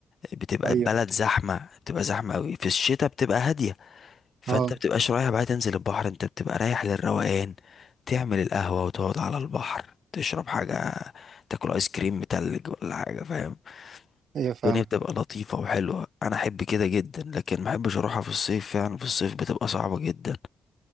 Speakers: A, on the left; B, on the right.
A: بتبقى
B: ايوه
A: البلد زحمة بتبقى زحمة قوي في الشتاء بتبقى هادية فانت
B: اه
A: بتبقاش رايح بقى تنزل البحر انت بتبقى رايح للروقان تعمل القهوة وتقعد على البحر تشرب حاجة تاكل ايس كريم متلج ولا حاجة فاهم
B: ايوه فاهم
A: الدنيا بتبقى لطيفة وحلوة انا احب كده جدا لكن ما احبش اروحها في الصيف يعني في الصيف بتبقى صعبة جدا